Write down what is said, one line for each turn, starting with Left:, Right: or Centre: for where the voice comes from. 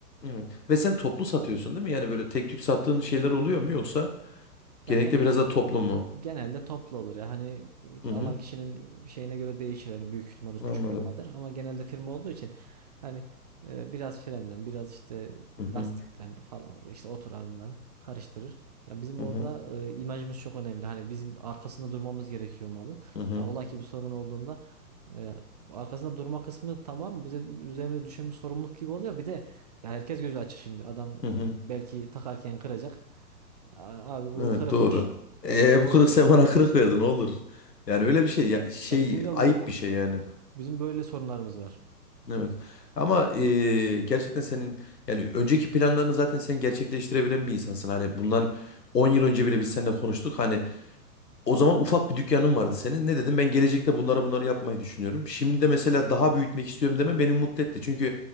Left: Evet. Ve sen toplu satıyorsun değil mi? Yani böyle tek tük sattığın şeyler oluyor mu yoksa
Right: Ya
Left: genellikle
Right: gene
Left: biraz da toplu mu?
Right: genelde toplu olur ya. Hani
Left: Hı hı.
Right: alan kişinin şeyine göre değişir. Hani büyük firmadır,
Left: Anladım.
Right: küçük firmadır ama genelde firma olduğu için hani e, biraz frenden, biraz işte
Left: Hı hı.
Right: lastikten falan işte oturağından karıştırır. Ya bizim
Left: Hı
Right: orada
Left: hı.
Right: e, imajımız çok önemli. Hani bizim arkasında durmamız gerekiyor malın.
Left: Hı hı.
Right: Ya ola ki bir sorun olduğunda e, arkasında durma kısmı tamam bize üzerimize düşen bir sorumluluk gibi oluyor. Bir de ya herkes gözü açık şimdi. Adam
Left: Hı
Right: e,
Left: hı.
Right: belki takarken kıracak. A- Abi bu
Left: Evet
Right: kırıkmış.
Left: doğru.
Right: Ya
Left: Ee,
Right: bizim
Left: bu
Right: böyle
Left: kırık sen bana kırık verdin olur. Yani öyle bir şey ya, şey
Right: ya bizim de
Left: ayıp
Right: bu
Left: bir şey yani.
Right: bizim böyle sorunlarımız var.
Left: Evet. Ama ee, gerçekten senin yani önceki planlarını zaten sen gerçekleştirebilen bir insansın. Hani bundan 10 yıl önce bile biz seninle konuştuk. Hani O zaman ufak bir dükkanın vardı senin. Ne dedim? Ben gelecekte bunları bunları yapmayı düşünüyorum. Şimdi de mesela daha büyütmek istiyorum deme beni mutlu etti. Çünkü